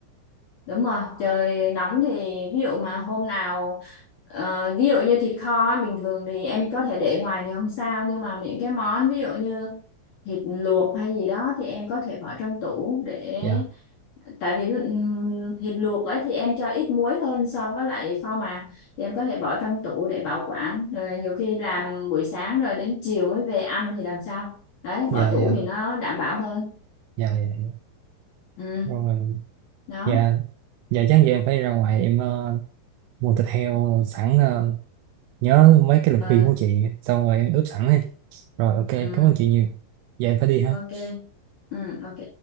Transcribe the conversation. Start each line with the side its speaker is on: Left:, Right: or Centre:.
Left: Đúng rồi, trời nóng thì ví dụ mà hôm nào ờ, ví dụ như thịt kho ấy, bình thường thì em có thể để ngoài thì không sao nhưng mà những cái món ví dụ như thịt luộc hay gì đó thì em có thể bỏ trong tủ để
Right: dạ
Left: tại vì ừm, thịt luộc ấy thì em cho ít muối hơn so với lại kho mà thì em có thể bỏ trong tủ để bảo quản rồi nhiều khi làm buổi sáng rồi đến chiều mới về ăn thì làm sao đấy
Right: dạ
Left: bỏ tủ
Right: dạ
Left: thì nó đảm bảo hơn
Right: dạ dạ dạ.
Left: ừ
Right: rồi
Left: đó
Right: dạ dạ chắc giờ em phải ra ngoài em ờ, mua thịt heo sẵn ờ, nhớ mấy cái lời
Left: ừ,
Right: khuyên của chị xong rồi em ướp sẵn đi rồi ok em
Left: ừ
Right: cảm ơn chị nhiều giờ em phải đi ha
Left: ok ừ ok